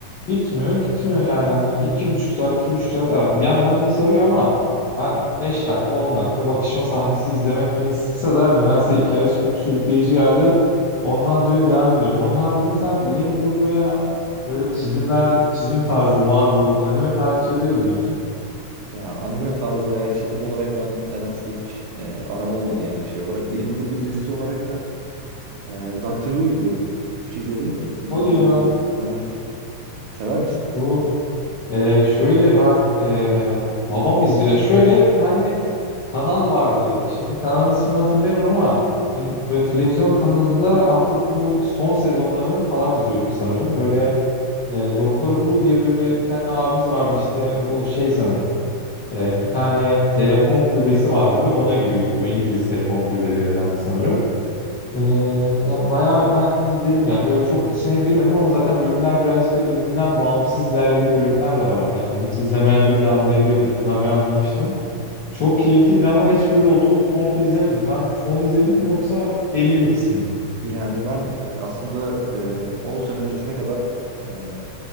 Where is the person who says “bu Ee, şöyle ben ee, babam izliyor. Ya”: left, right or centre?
Left